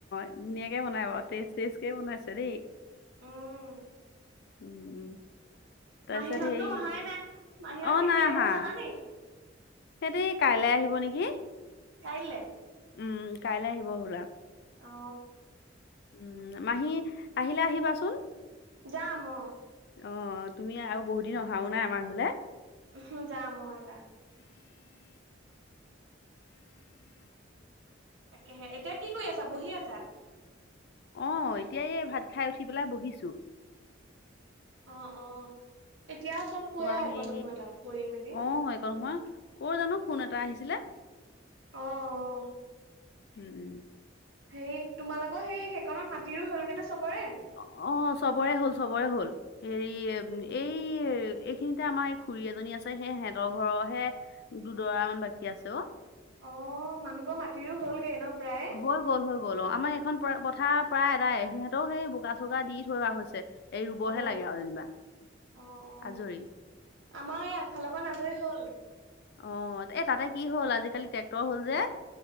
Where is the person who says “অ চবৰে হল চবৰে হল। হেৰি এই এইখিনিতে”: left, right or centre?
Left